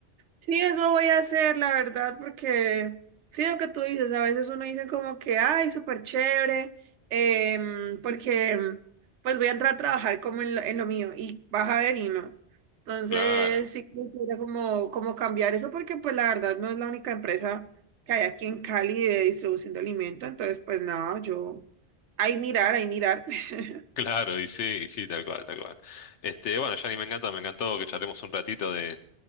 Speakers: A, on the right (about 75°); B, on the left (about 75°).
A: sí, eso voy a hacer, la verdad, porque sí, lo que tú dices, a veces uno dice como que, ay, súper chévere, em, porque em, pues voy a entrar a trabajar como en lo, en lo mío y vas a ver y no. Entonces,
B: Claro,
A: sí, quisiera como, como cambiar eso porque pues la verdad no es la única empresa que hay aquí en Cali de distribución de alimentos, entonces pues nada, yo, ahí mirar, ahí mirar. <laughs>
B: <laughs> claro, y sí, y sí, tal cual, tal cual. Este, bueno, Yanni, me encanta, me encantó que charlemos un ratito de